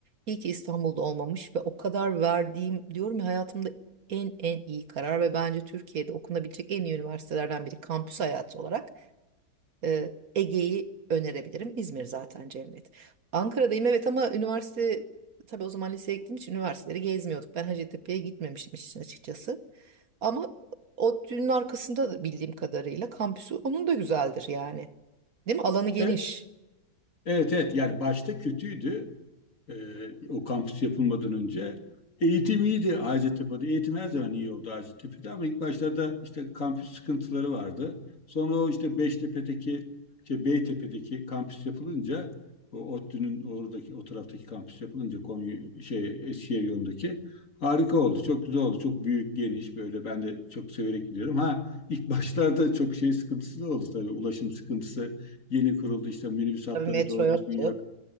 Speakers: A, on the right (about 60°); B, on the left (about 50°).
A: İyi ki İstanbul'da olmamış ve o kadar verdiğim diyorum ya hayatımda en en iyi karar ve bence Türkiye'de okunabilecek en iyi üniversitelerden biri kampüs hayatı olarak. Ee, Ege'yi önerebilirim. İzmir zaten cennet. Ankara'dayım evet ama üniversite tabii o zaman liseye gittiğim için üniversiteleri gezmiyorduk. Ben Hacettepe'ye gitmemiştim işin açıkçası. Ama o düğünün arkasında da bildiğim kadarıyla kampüsü onun da güzeldir yani. Değil mi? Alanı geniş.
B: E, evet evet yani başta kötüydü e, o kampüs yapılmadan önce. Eğitim iyiydi Hacettepe'de. Eğitim her zaman iyi oldu Hacettepe'de ama ilk başlarda işte kampüs sıkıntıları vardı. Sonra o işte Beştepe'deki, şey Beytepe'deki kampüs yapılınca, o ODTÜ'nün oradaki, o taraftaki kampüs yapılınca Konya, şey Eskişehir yolundaki harika oldu. Çok güzel oldu. Çok büyük, geniş böyle ben de çok severek gidiyorum. Ha ilk <laughs> başlarda çok şey sıkıntısı da oldu tabii. Ulaşım sıkıntısı yeni kuruldu. işte minibüs hatları
A: Tabii metro
B: doğru
A: yoktu.
B: düzgün yok.